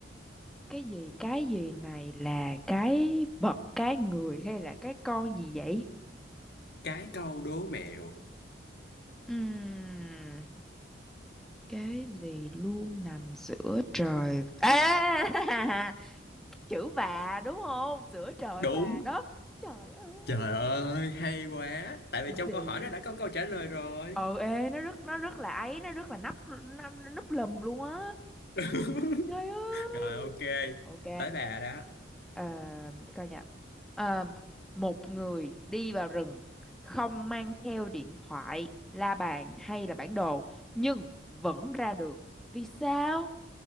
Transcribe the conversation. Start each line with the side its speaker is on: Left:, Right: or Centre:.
Centre: Cái gì, cái gì này là cái vật, cái người hay là cái con gì vậy?
Left: Cái câu đố mẹo.
Centre: Ừm, cái gì luôn nằm giữa trời? À! <laughs> chữ và đúng không giữa trời
Left: Đúng.
Centre: và đất trời ơi
Left: Trời ơi, hay quá. Tại
Centre: Easy.
Left: vì trong câu hỏi nó đã có câu trả lời rồi.
Centre: ờ ê nó rất nó rất là ấy nó rất là nắp nó, nó núp lùm luôn á
Left: <laughs>
Centre: trời ơi
Left: Rồi ok,
Centre: ok
Left: tới bà đó.
Centre: ờ, để coi nha Ờ, một người đi vào rừng không mang theo điện thoại la bàn hay là bản đồ nhưng vẫn ra được vì sao